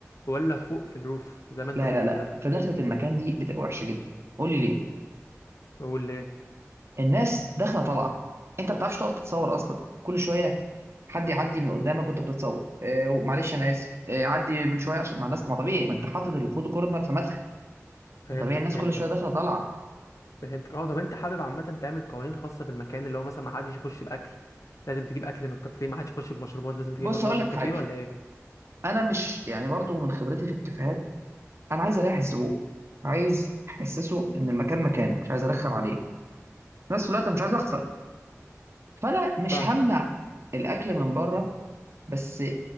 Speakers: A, on the left (about 75°); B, on the right (about 55°).
A: ولا فوق في الروف زي ما انت
B: لا
A: قلت
B: لا لا
A: كده
B: في دخلة المكان دي بتبقى وحشه جدا قول لي ليه
A: قول ليه
B: الناس داخله طالعه انت ما بتعرفش تقف تتصور اصلا كل شويه حد يعدي من قدامك وانت بتتصور آه معلش انا اسف آه عدي من شويه عشان مع الناس ما طبيعي ما انت حاطط الفوتو كورنر في مدخل
A: فهمتك
B: ما طبيعي الناس
A: فهمتك
B: كل شويه داخله طالعه
A: فهمتك اه طب انت حابب عامة تعمل قوانين خاصة بالمكان اللي هو مثلا ما حدش يخش باكل لازم تجيب اكل من الكافيه ما حدش يخش بمشروبات لازم تجيب
B: بص
A: مشروبات
B: هقول لك
A: من الكافيه
B: حاجه
A: ولا ايه
B: انا مش يعني برضو من خبرتي في الكافيهات انا عايز اريح الزبون عايز احسسه ان المكان مكان مش عايز ارخم عليه في نفس الوقت أنا مش عايز اخسر فانا مش
A: فاهم
B: همنع الاكل من بره بس